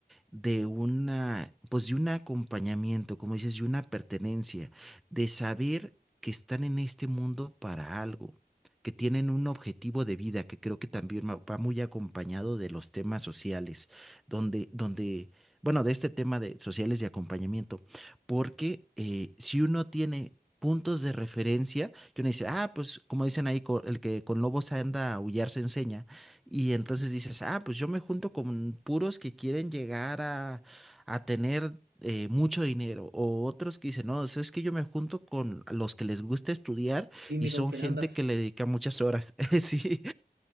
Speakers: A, in the centre; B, on the right.
A: de una, pues de un acompañamiento, como dices, de una pertenencia, de saber que están en este mundo para algo, que tienen un objetivo de vida, que creo que también va va muy acompañado de los temas sociales, donde, donde, bueno, de este tema de sociales de acompañamiento, porque eh, si uno tiene puntos de referencia, que uno dice, ah, pues como dicen ahí, co- el que con lobos anda a aullar se enseña, y entonces dices, ah, pues yo me junto con puros que quieren llegar a, a tener eh, mucho dinero. O otros que dicen, no, o sea, es que yo me junto con los que les gusta estudiar
B: Dime
A: y son
B: con quién
A: gente
B: andas.
A: que le dedica muchas horas. <laughs> Sí,